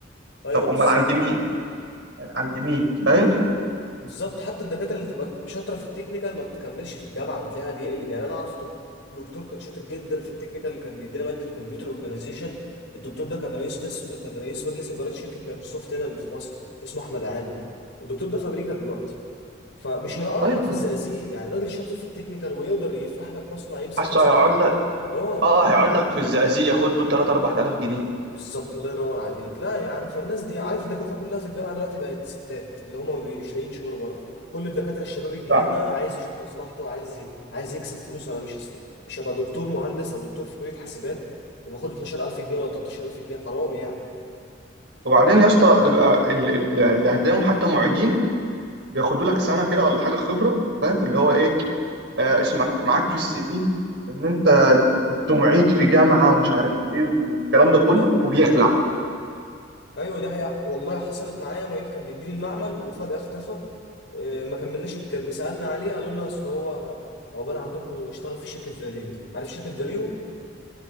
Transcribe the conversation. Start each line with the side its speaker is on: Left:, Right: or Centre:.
Left: ايوه
Right: طب
Left: بالظبط
Right: امال عند مين عند مين فاهم
Left: بالظبط حتى الدكاتره اللي تبقى شاطره في التكنيكال ما بتكملش في الجامعه بتلاقيها بيقلب يعني انا اعرف دك- دكتور كان شاطر جدا في التكنيكال كان بيدينا ماده كمبيوتر اورجانيزيشن الدكتور ده كان رئيس قسم كان رئيس مجلس اداره شركه مايكروسوفت هنا اللي في مصر اسمه احمد عامر الدكتور ده في امريكا دلوقتي فمش هيقعد
Right: طيب
Left: لك في الزقازيق يعني راجل شاطر في التكنيكال ويقدر يفتح لك مصنع يمسك
Right: حاسه
Left: مصنع
Right: هيقعد لك
Left: اه
Right: اه هيقعد لك في الزقازيق ياخد له 3 4000 جنيه
Left: بالظبط الله ينور عليك لا يا عم فالناس دي عارف الدكاتره كلها في الجامعه دلوقتي بقت ستات اللي هم مش لاقيين شغل بره كل الدكاتره الشباب الجديده
Right: صح.
Left: عايز يشوف مصلحته عايز ي... عايز يكسب فلوس انا مش هست... مش هبقى دكتور مهندس او دكتور في كليه حاسبات وباخد 12000 جنيه ولا 13000 جنيه حرام يعني
Right: وبعدين يا اسطى يبقى ال- ال- اللي هتلاقيهم حتى معيدين بياخدوا لك سنه كده ولا حاجه خبره فاهم اللي هو ايه آه اسمك معاك في السي في ان انت كنت معيد في جامعه ومش عارف ايه والكلام ده كله
Left: طب
Right: وبيخلع
Left: ايوه دي حقيقة والله حصلت معايا معيد كان بيديني المعمل وفجاه اختفى آه، ما كملناش الترم سالنا عليه قالوا لنا اصل هو عقبال عندكم اشتغل في شركه فاليو عارف شركه فاليو